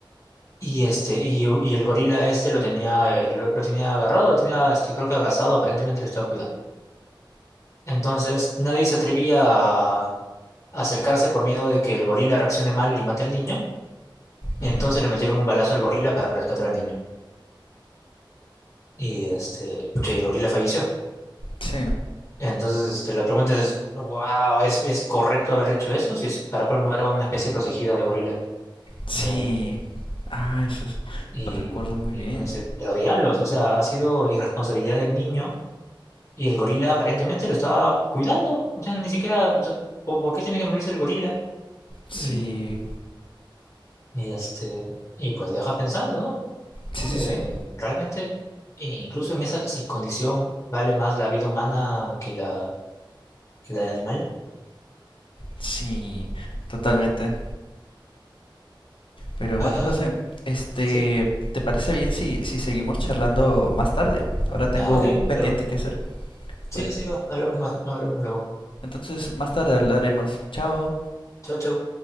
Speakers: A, on the left; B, on the left.
A: y, este, y, y el gorila este lo tenía, eh, lo, lo tenía agarrado, lo tenía este, creo que abrazado, aparentemente lo estaba cuidando. Entonces nadie se atrevía a, a acercarse por miedo de que el gorila reaccione mal y mate al niño. Entonces
B: ujú.
A: le metieron un balazo al gorila para rescatar al niño. Y este, pucha, y el gorila falleció.
B: Sí,
A: Entonces, este, la pregunta es, wow, ¿es, es correcto haber hecho eso? Si es para colmo era una especie protegida de gorila.
B: sí.
A: Eh,
B: Ah, eso es-
A: y,
B: lo recuerdo muy
A: y
B: bien.
A: uno dice, pero diablos, o sea, ha sido irresponsabilidad del niño y el gorila aparentemente lo estaba cuidando. O sea, ni siquiera, o sea, ¿por, por qué tiene que morirse el gorila?
B: Sí,
A: Y, y este, y pues deja pensando, ¿no?
B: sí, sí, sí.
A: Eh, realmente, e incluso en esa si- condición, vale más la vida humana que la, que la del animal.
B: Sí, totalmente. Pero
A: Ah,
B: bueno, José, este,
A: sí.
B: ¿te parece bien si, si seguimos charlando más tarde? Ahora tengo
A: Ah, ok,
B: un pendiente
A: claro.
B: que hacer.
A: Sí,
B: Bueno,
A: sí, sí, va. Hablamos más, hablamos luego.
B: entonces más tarde hablaremos. Chao.
A: Chao, chao.